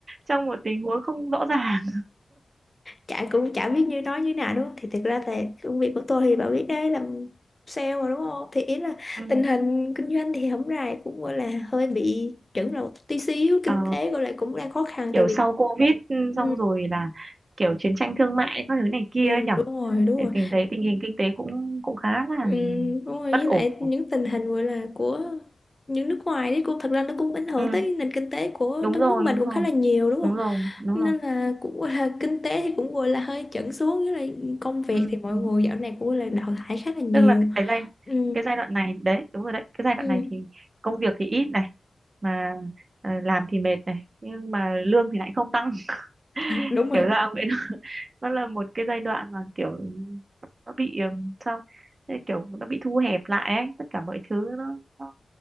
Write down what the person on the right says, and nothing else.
trong một tình huống không rõ ràng
ừ.
ờ,
kiểu
sau Covid ừ,
xong rồi là kiểu chiến tranh thương mại các thứ này kia
ấy nhở
thì
mình thấy tình hình kinh tế cũng cũng khá là
bất
ổn
ừ.
đúng
rồi
đúng
rồi
đúng rồi đúng
rồi
ừ.
ừ.
tức là cái giai
cái giai đoạn này đấy đúng rồi đấy cái giai đoạn
này thì công việc thì ít này mà ờ, làm thì mệt này nhưng mà lương thì lại không tăng <laughs>
kiểu ra nó là một cái giai đoạn mà kiểu nó bị ừm, sao Thế kiểu nó bị thu hẹp lại ấy tất cả mọi thứ nó nó,